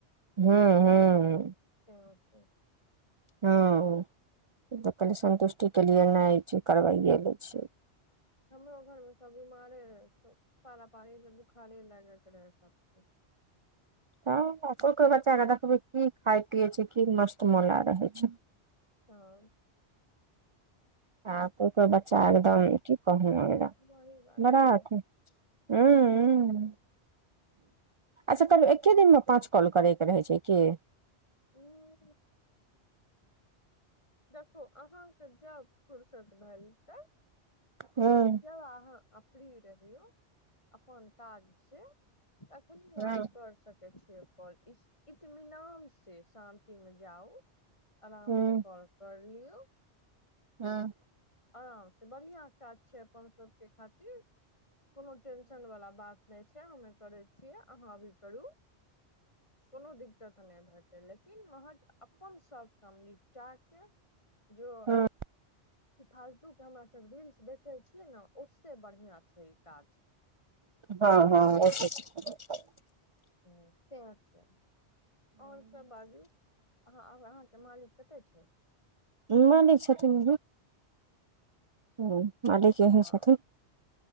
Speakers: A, on the right (about 45°); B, on the left (about 25°).
A: हूँ हूँ।
B: सेहै छै।
A: हँ त कहलै सन्तुष्टिके लिए नहि छै। करबाइए लै छियै।
B: हमरो घोर मे सभ बिमारे रहै पारा पारी बोखारे लागैत रहै सभ के।
A: तऽ कोय कोय बच्चा के देखबै की खाय पियए छै। की मस्त मोला रहै छै।
B: हँ।
A: हँ को बच्चा एकदम की कहू एकदम
B: वही बात
A: बड़ा
B: छै
A: अथि। हू हू। अच्छा करौ एके दिन मे पाँच कॉल करे के रहै छै। की।
B: हू। देखो अहाँ। के जा फूर्सत भए जेतै।
A: हूँ
B: जब अहाँ फ्री रहियौ अपन काज से। कखिनिये अहाँ
A: हँ हूँ
B: कर सकै छिय। ओर इस इतमिनान से शान्त मे जाउ। आराम
A: हूँ
B: से कॉल कर लियौ।
A: हँ।
B: आराम से बढ़िया काज छै। अपन सभ के खातिर कोनो टेशन वालला बात। नहि से हमे करै छियै अहाँ भी करु कोनो दिक्कत नहि भेत लेकिन। तन महज अपन सभ क निपटा के जो।
A: हूँ
B: ई फालतू के हमरा सभ रील्स देखे छिये ने ओसे बढ़िया छै। ई काज
A: हँ हँ।
B: ह त छै। आओर सभ बाजू अह अहाँके मालिक कते छै।
A: मानै छथिन। ह मालिक एहन
B: हँ,
A: छथिन।